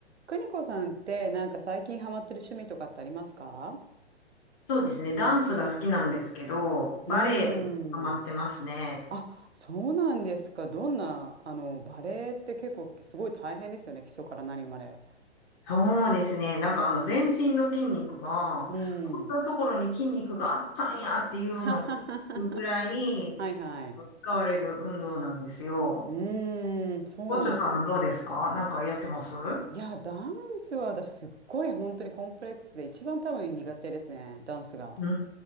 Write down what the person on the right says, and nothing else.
邦子さんってなんか最近ハマってる趣味とかってありますか
うーん。あ、そうなんですか。どんな、あの、バレエって結構すごい大変ですよね。基礎から何まで。
うーん。
<laughs> はいはい。
うーん、そうなんです。
いや、ダンスは私すっごい本当にコンプレックスで一番多分苦手ですね。ダンスが。